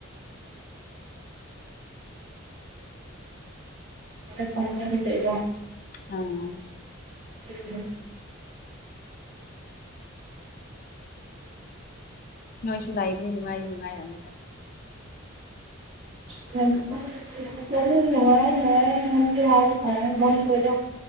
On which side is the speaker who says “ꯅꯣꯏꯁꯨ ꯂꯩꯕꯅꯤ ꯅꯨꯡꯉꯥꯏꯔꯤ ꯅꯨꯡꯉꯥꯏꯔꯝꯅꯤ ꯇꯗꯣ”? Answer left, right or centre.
Left